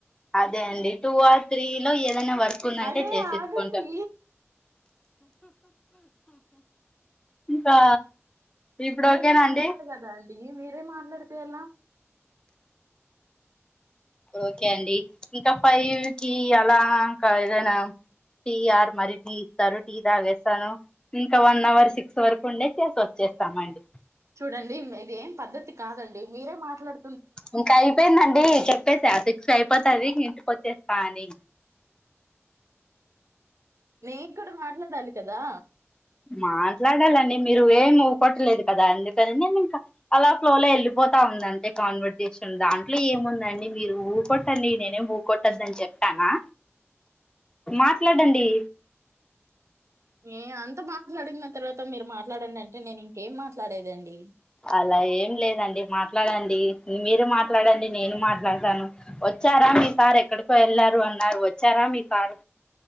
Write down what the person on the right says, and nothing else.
అరే
ఆగండి
నేను
మాట్లాడాలి
కదా అండి మీరే మాట్లాడితే ఎలా
చూడండి ఇది ఏం పద్ద్దతి కాదండి మీరే మాట్లాడు
మీరు కూడా మాట్లాడాలి కదా
ఏ అంత మాట్లాడిన తర్వాత మీరు మాట్లాడండి అంటే నేను ఇంకేం మాట్లాడేదండి